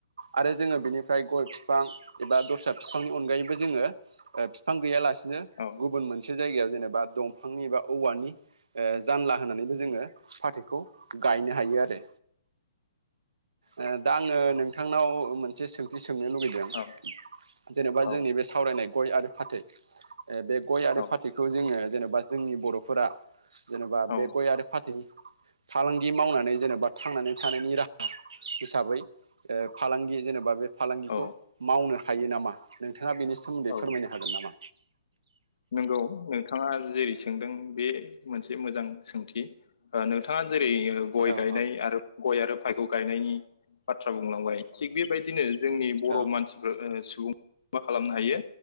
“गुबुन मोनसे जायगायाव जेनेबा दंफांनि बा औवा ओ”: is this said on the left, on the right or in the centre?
Right